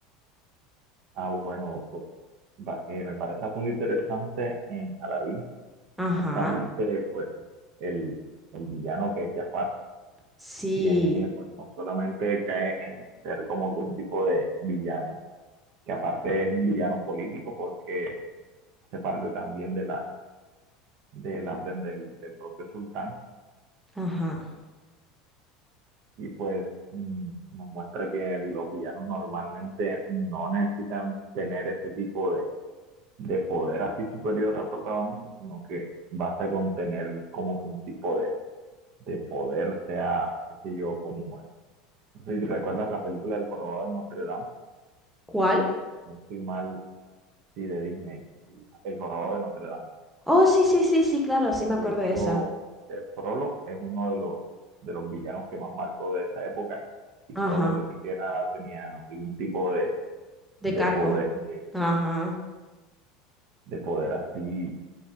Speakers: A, on the right; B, in the centre.
A: Ah, bueno, pues va- eh, me parece bastante interesante en Aladdin,
B: Ajá,
A: justamente pues el, el villano que es Jafar
B: sí,
A: tiene, pues no solamente cae en ser como que un tipo de villano que aparte es un villano político porque hace parte también de la, de la orden del, del propio sultán
B: ajá.
A: y pues mm, nos muestra que los villanos normalmente no necesitan tener ese tipo de, de poder así superior al protagonista, sino que basta con tener como que un tipo de, de poder, sea, qué sé yo, como el- No sé si recuerdas la película del jorobado de Notre Dame,
B: ¿Cuál?
A: no estoy mal, sí, de Disney, el jorobado de Notre Dame
B: Oh, sí, sí, sí, sí, claro, sí me
A: De
B: acuerdo
A: hecho,
B: de esa.
A: eh, Frollo es uno de los, de los villanos que más marcó de esa época y
B: Ajá,
A: Frollo ni siquiera tenía ningún tipo de,
B: de
A: de
B: cargo.
A: poder, de,
B: Ajá,
A: de poder así